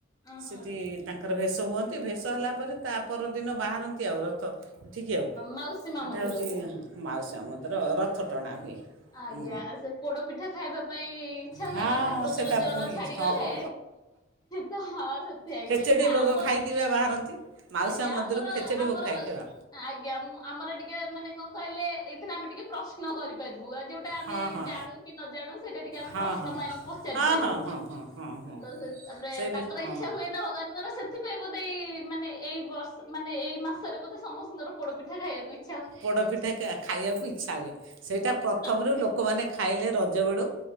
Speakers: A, on the left; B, on the right.
A: ଅ
B: ସେଠି
A: ହଁ
B: ତାଙ୍କର ଭେଷ ହୁଅନ୍ତି ଭେଷ ହେଲା ପରେ ତା ପରଦିନ ବାହାରନ୍ତି ଆଉ ରଥ। ଏଠିକି ଆଉ
A: ମାଉସୀ ମା
B: ହେଟା
A: ମନ୍ଦିରକୁ।
B: ହୋଉଚି ମାଉସୀ ମା ମନ୍ଦିର ରଥ ଟଣା ହୁଏ।
A: ଆଜ୍ଞା
B: ହୁଁ
A: ସେ ପୋଡ ପିଠା ଖାଇବା ପାଇଁ ଇଚଛା
B: ହଁ
A: ହୁଏନା ଠାକୁରଙ୍କର
B: ସେଟା
A: ଜର
B: ପୁଣି
A: ଛାଡିଗଲେ
B: ହଁ
A: ତ ହଁ ସେ ସୋଇ
B: ଖେଚେଡ଼ି
A: ନା
B: ଭୋଗ
A: ଆମ
B: ଖାଇକି ବା ବାହାରନ୍ତି ମାଉସୀ
A: ଆଜ୍ଞା
B: ମା ମନ୍ଦିରକୁ
A: ଆମର
B: ଖେଚେଡ଼ି
A: ଆମର
B: ଭୋଗ ଖାଇକି ବା
A: ଆଜ୍ଞା ମୁଁ ଆମର ଟିକେ ମାନେ କଣ କହିଲେ ଏଇଥିରେ ଆମେ ଟିକେ ପ୍ରଶ୍ନ କରିପାରିବୁ ଆ ଯୋଉ ସେଟା ଆମେ
B: ହଁ ହଁ
A: ଜାଣୁ କି ନ ଜାଣୁ ସେଇଟା ଟିକେ ଆମେ
B: ହଁ
A: ପ୍ରଶ୍ନ
B: ହଁ
A: ପାଇଁ ପଚାରି
B: ହଁ
A: ପାରିବୁ।
B: ହଁ ହଁ ହଁ ହଁ ହଁ
A: ତ ସେ ତାପରେ
B: ସେ ବି
A: ତାଙ୍କର
B: ହଁ
A: ଇଚ୍ଛା ହୁଏ ନା ଭଗବାନଙ୍କର ସେ ସେଥିପାଇଁ ବୋଧେ ଏଇ ମାନେ ଏଇ ବର୍ଷ ମାନେ ଏଇ ମାସରେ ବୋଧେ ସମସ୍ତଙ୍କର ପୋଡ ପିଠା ଖାଇବାକୁ ଇ
B: ପୋଡ଼ପିଠା କା ଖାଇବାକୁ ଇଚ୍ଛା ହୁଏ ସେଇଟା ପ୍ର
A: ତ
B: ଥମରୁ ଲୋକମାନେ ଖାଇଲେ ରଜ ବେଳୁ